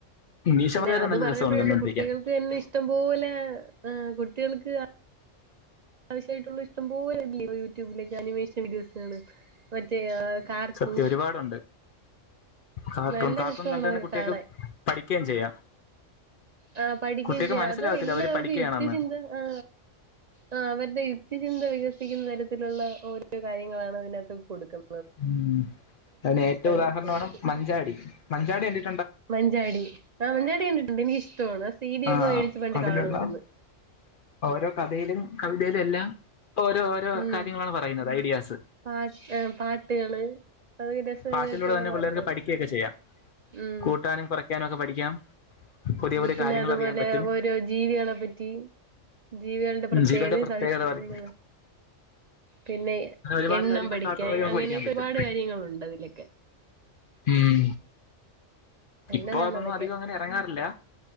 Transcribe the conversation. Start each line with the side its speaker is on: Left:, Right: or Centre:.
Left: മീശമലയാരം
Right: പിന്നെയതുപറഞ്ഞപ്പോളാണ്
Left: നല്ല രസമാണ് കണ്ടോണ്ടിരിക്കാൻ
Right: കുട്ടികൾക്കു തന്നെയിഷ്ടം പോലെ ആ കുട്ടികൾക്ക് ആവശ്യമായിട്ടുള്ള ഇഷ്ടം പോലെയുണ്ട്. യൂട്യൂബിലൊക്കെ അനിമേഷൻ വീഡിയോസുകള് മറ്റേ ആ കാർത്തു,
Left: സത്യം ഒരുപാടുണ്ട് കാർട്ടൂൺ
Right: നല്ല
Left: കാർട്ടൂൺ
Right: രസമാണതൊക്കെ
Left: കണ്ട് തന്നെ കുട്ടികൾക്ക്
Right: കാണാൻ
Left: പഠിക്കുകയും ചെയ്യാം
Right: ആ പഠിക്കുകയും
Left: കുട്ടികൾക്ക്
Right: ചെയ്യാം.
Left: മനസ്സിലാവത്തില്ല
Right: അതുഎല്ലാവർക്കും
Left: അവര് പഠിക്കുകയാണെന്ന്
Right: യുക്തിചിന്ത ആ ആ, അവരുടെ യുക്തിചിന്ത വികസിപ്പിക്കുന്ന തരത്തിലുള്ള ഓരോരോ കാര്യങ്ങളാണ് അതിനകത്തുകൊടുക്കുന്നത്.
Left: ഉം അതിനേറ്റവും ഉദാഹരണമാണുമഞ്ചാടി.
Right: കൊച്ചുങ്ങൾക്ക്
Left: 'മഞ്ചാടി 'കണ്ടിട്ടു
Right: മഞ്ചാടി ആ മഞ്ചാടി കണ്ടിട്ടുണ്ട്. എനിക്കിഷ്ടമാണ്. സി ഡി
Left: ആ
Right: ഒക്കെ മേടിച്ച് പണ്ട്
Left: അതിലുള്ളയോരോ
Right: കാണുമായിരുന്നു
Left: കഥയിലും കവിതയിലുമെല്ലാം. ഓരോരോ
Right: ഉം
Left: കാര്യങ്ങളാണുപറയുന്നത് ഐഡിയാസ്
Right: പാട്ട് പാട്ടുകള് അത് രസകരമായിട്ടുള്ള
Left: പാട്ടിലൂടെതന്നെ
Right: പാട്ടുകള്
Left: പിള്ളേർക്കു പഠിക്കുകയൊക്കെ ചെയ്യാം.
Right: ഉം
Left: കൂട്ടാനും കുറ കുറക്കാനൊക്കെപഠിക്കാം. പുതിയ പുതിയ
Right: പിന്നെയതുപോലെയോരോ
Left: കാര്യങ്ങൾ അറിയാൻ പറ്റും
Right: ജീവികളെപറ്റി ജീവികളുടെ പ്രത്യേകതയും,
Left: ജീവികളുടെ പ്രത്യേകത
Right: സവിശേഷതകളും
Left: പറയും
Right: പിന്നെ
Left: അങ്ങനെ ഒരുപാട്
Right: എണ്ണംപഠിക്കാൻ
Left: കാര്യങ്ങൾ കാർട്ടൂൺ വഴി നമുക്ക്
Right: അങ്ങനെയൊക്കെയൊരുപാടു
Left: പഠിക്കാൻ പറ്റും
Right: കാര്യങ്ങളുണ്ടതിലൊക്കെ
Left: ഉം
Right: നല്ലതാണതൊക്കെ
Left: ഇപ്പൊ അതൊന്നും അധികം അങ്ങനെ ഇറങ്ങാറില്ല